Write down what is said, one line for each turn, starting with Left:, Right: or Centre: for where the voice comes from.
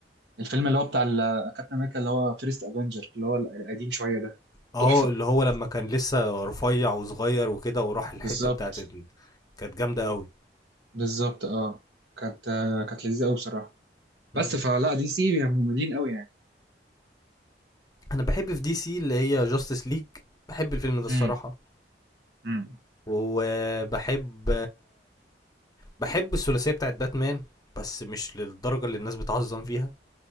Right: الفيلم اللي هو بتاع ال- كابتن امريكا اللي هو فيرست افنجر اللي هو القديم شويه ده
Left: اه
Right: تحفه
Left: اللي هو لما كان لسه رفيع وصغير وكده وراح الحته
Right: بالظبط
Left: بتاعت ال... كانت جامده قوي
Right: بالظبط اه كانت آه، كانت لذيذه قوي بصراحه بس
Left: امم
Right: فلا دي سي يعني مملين قوي يعني
Left: انا بحب في دي سي اللي هي جاستس ليج بحب الفيلم ده الصراحه
Right: امم امم
Left: وبحب بحب الثلاثيه بتاعت باتمان بس مش للدرجه اللي الناس بتعظم فيها